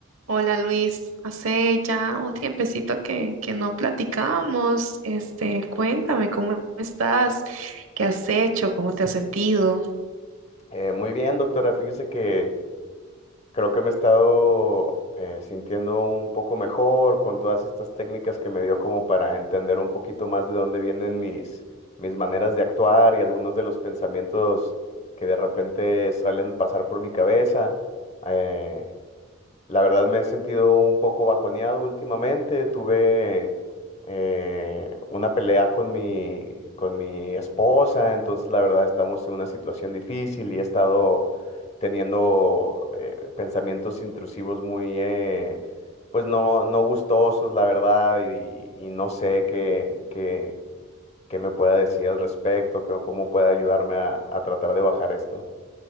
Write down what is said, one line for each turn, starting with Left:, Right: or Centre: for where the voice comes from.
Right: Hola Luis, hace ya un tiempecito que, que no platicamos. Este, cuéntame cómo estás, qué has hecho, cómo te has sentido,
Left: Eh, muy bien, doctora. Fíjese que creo que me he estado eh, sintiendo un poco mejor con todas estas técnicas que me dio como para entender un poquito más de dónde vienen mis, mis maneras de actuar y algunos de los pensamientos que de repente salen pasar por mi cabeza. Eh, la verdad me he sentido un poco bajoneado últimamente. Tuve eh, una pelea con mi, con mi esposa, entonces la verdad estamos en una situación difícil y he estado teniendo eh, pensamientos intrusivos muy, eh, pues no, no gustosos, la verdad, y, y no sé qué, qué, qué me pueda decir al respecto, qué- cómo pueda ayudarme a a tratar de bajar esto.